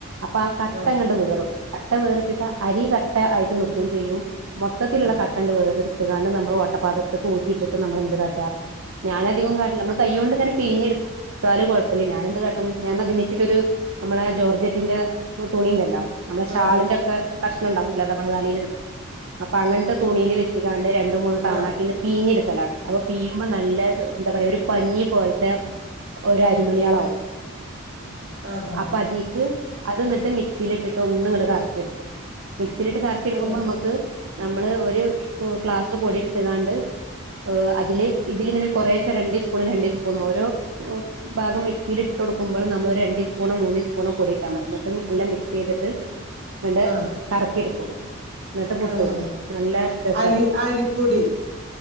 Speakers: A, on the right; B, on the right.
A: അപ്പൊ ആ കട്ടങ്ങട്കണ്ട്
B: ആഹ്
A: വേറിടും കട്ട വേറിട്ടട്ട് അരി കട്ട ആയിട്ട് നൽക്കുകയും ചെയ്യും മൊത്തത്തിലുള്ള
B: ആഹ്
A: കട്ട രണ്ടു പേർടുത്തുകാണ്ട് നമ്മൾ ഓട്ടപ്പാത്രത്തിൽ പൂറ്റിയിട്ടിട്ട് നമ്മളെന്ത് കാട്ടുക ഞാനധിക കാട്ടില്ല നമ്മള് കൈ കൊണ്ട്നൻ പിഴഞ്ഞെടുത്താും കുഴപ്പില്ല ഞാാന എന്ത് കാട്ടും ഞാന അ വച്ചിട്ടൊരു നമ്മളെ ജോർജറ്റിന്റെ തുണിുണ്ടല്ലോ നമ്മളെ ഷാളിന്റെ
B: ആഹ്
A: ഒക്കെ കഷ്ണംമ ഉണ്ടാവൂില്ല തവള് കലൽ ഇ അപ്പൊ അങ്ങനത്തെ തുണിൽ വെച്ചുകാണ്ട് രണ്ടു മൂന്ന് തവണാക്കിന്
B: ആഹ്
A: പീഞ്ഞെടുക്കലാണ് അപ്പൊ പീയുമ്പോ നല്ല എന്താ പറയാ ഒരു പനി പോലത്തെ ഒരരിമണിയാളാവ
B: ആഹ് ആഹ്
A: അപ്പൊ അതിക്ക് അത് ഇന്നിട്ട് മിക്സിൽ ഇട്ടിട്ട് ഒന്നും ഇങ്ങട്ട കറക്കിെടുക്കും മിക്സിയിലിട്ട് കറക്കി എടുക്കുമ്പോ
B: ആഹ് ആഹ്
A: നമുക്ക് നമ്മള് ഒരു ഗ്ലാസ് പൊടിരുത്തുകാണ്ട് ഓ അതില് ഇതിലിങ്ങനെ കൊറേശം രണ്ട സ്പൂണും രണ്ടേ സ്പൂണും ഓരോ ഭാഗം മിക്സിയിൽ ഇട്ട്ടുക്ക്പോൾ നമ്മൾ രണ്ട് സ്പൂണോൂന്ന് സ്പൂണോൊയിട്ടാൽ മതിട്ട് നല്ല മ ചെയ്തിട്ട് എന്നിട്ട്
B: ആഹ്
A: കറക്കിെടുക്കും എന്നിട്ട് പുട്ട
B: ആഹ് ആഹ്
A: ഇടും നല്ല രസമാണ്
B: അരി അരിപ്പൊടി